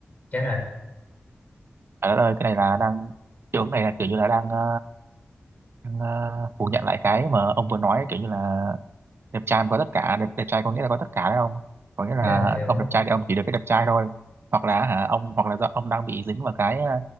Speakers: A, on the left; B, on the right.
A: chết rồi
B: ở đây cái này là đang kiểu cái này là kiểu như là đang, ờ, đang ờ, phủ nhận lại cái mà ông vừa nói kiểu như là đẹp trai mà có tất cả đẹp, đẹp trai có nghĩa là có tất cả đấy không có nghĩa là
A: Ý là kiểu
B: ông đẹp trai thì ông chỉ được cái đẹp trai thôi hoặc là hả ông hoặc là do ông đang bị dính vào cái ờ,